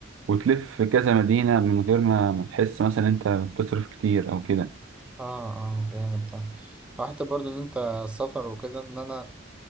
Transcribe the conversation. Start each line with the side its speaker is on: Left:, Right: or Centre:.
Right: وتلف كذا مدينه من غير ما ما تحس مثلا انت بتصرف كتير او كده
Centre: اه اه جامد ده وحتى برضو ان انت السفر وكده ان انا